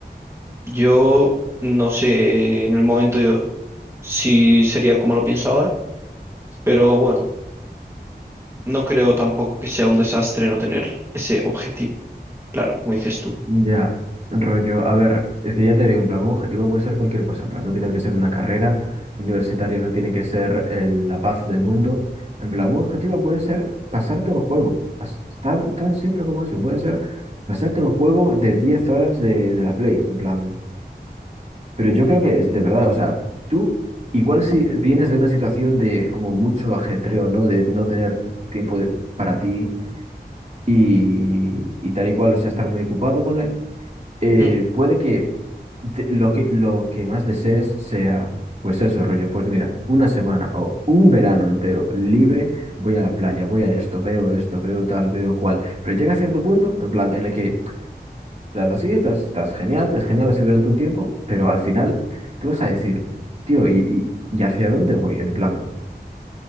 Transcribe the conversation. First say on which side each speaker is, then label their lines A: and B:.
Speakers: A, on the right; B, on the right.
A: Yo no sé en el momento yo si sería como lo pienso ahora, pero bueno, no creo tampoco que sea un desastre no tener ese objetivo, claro, como dices tú.
B: Ya, rollo, a ver, es que ya te digo, en plan, un objetivo puede ser cualquier cosa, en plan, no tiene que ser una carrera universitaria, no tiene que ser el- la paz del mundo, en plan, un objetivo puede ser pasarte un juego, as- tan, tan simple como eso, puede ser pasarte un juego de 10 horas de, de la Play, en plan, pero yo creo que es de verdad, o sea, tú igual si vienes de una situación de como mucho ajetreo, ¿no? De no tener tiempo de- para ti y, y tal y cual, o sea, estar muy ocupado, ponle, eh,
A: Mm.
B: puede que de- lo que, lo que más desees sea, pues eso, rollo, pues mira, una semana o un verano entero libre, voy a la playa, voy a esto, veo esto, veo tal, veo cual. Pero llega a cierto punto, en plan, en el que estás así, estás, estás genial, estás genial así durante un tiempo, pero al final tú vas a decir, tío, ¿y, y, y hacia dónde voy? En plan,